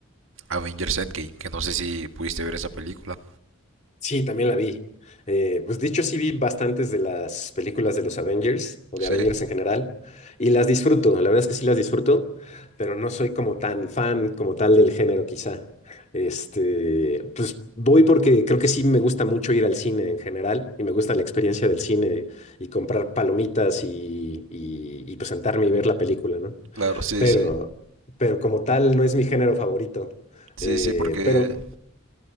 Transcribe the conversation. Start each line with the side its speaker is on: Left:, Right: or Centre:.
Right: Avengers Endgame, que no sé si pudiste ver esa película.
Left: Sí, también la vi. Eh, pues dicho, sí vi bastantes de las películas de los Avengers o de
Right: Sí,
Left: Avengers en general y las disfruto, la verdad es que sí las disfruto, pero no soy como tan fan como tal del género quizá. Este, pues voy porque creo que sí me gusta mucho ir al cine en general y me gusta la experiencia del cine y comprar palomitas y, y, y pues sentarme y ver la película, ¿no?
Right: claro, sí,
Left: pero,
Right: sí.
Left: pero como tal no es mi género favorito.
Right: Sí,
Left: Eh,
Right: sí, porque,
Left: pero